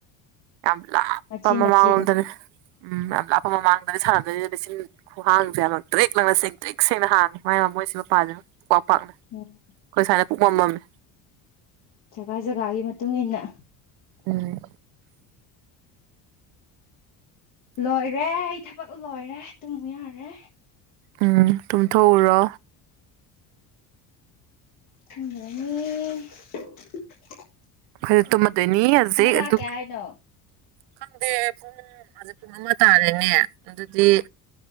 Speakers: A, on the right; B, on the left.
A: ꯌꯥꯝ ꯂꯥꯞꯄ
B: ꯃꯆꯤ
A: ꯃꯃꯥꯡꯂꯣꯝꯗꯅꯦ
B: ꯃꯆꯤꯗꯣ
A: ꯎꯝ ꯌꯥꯝ ꯂꯥꯞꯄ ꯃꯃꯥꯡꯗꯅꯦ ꯁꯥꯔꯝꯗꯣꯏꯁꯦ ꯂꯤꯁꯤꯜ ꯈꯨꯍꯥꯡꯁꯦ ꯌꯥꯝ ꯂꯪꯇꯔꯤꯛ ꯂꯪꯅ ꯁꯦꯡꯇꯔꯤꯛ ꯁꯦꯡꯅ ꯍꯥꯡꯉꯤ ꯃꯥꯏ ꯃ ꯃꯣꯏꯁꯤ ꯃꯄꯥꯁꯤ <unintelligible> ꯄꯨꯡꯄꯥꯛ ꯄꯥꯛꯅ ꯑꯩꯈꯣꯏ
B: ꯎꯝ
A: ꯁꯥꯏꯅꯥ ꯄꯨꯡꯃꯝ ꯃꯝꯃꯤ
B: ꯖꯒꯥ ꯖꯒꯥꯒꯤ ꯃꯇꯨꯡ ꯏꯟꯅ
A: ꯎꯝ
B: ꯂꯣꯏꯔꯦ ꯑꯩ ꯊꯕꯛ ꯂꯣꯏꯔꯦ ꯇꯨꯝꯃꯨ ꯌꯥꯔꯦ
A: ꯎꯝ ꯇꯨꯝꯊꯣꯛꯎꯔꯣ
B: ꯇꯨꯝꯃꯨꯔꯥꯅꯤ
A: ꯑꯩꯈꯣꯏꯁꯨ ꯇꯨꯝꯃꯗꯣꯏꯅꯤ ꯍꯧꯖꯤꯛ
B: ꯂꯥꯛꯀꯦ
A: ꯑꯗꯨ
B: ꯍꯥꯏꯅꯣ
A: ꯈꯪꯗꯦ ꯄꯨꯡ ꯍꯧꯖꯤꯛ ꯄꯨꯡ ꯑꯃ ꯇꯥꯔꯦꯅꯦ ꯑꯗꯨꯗꯤ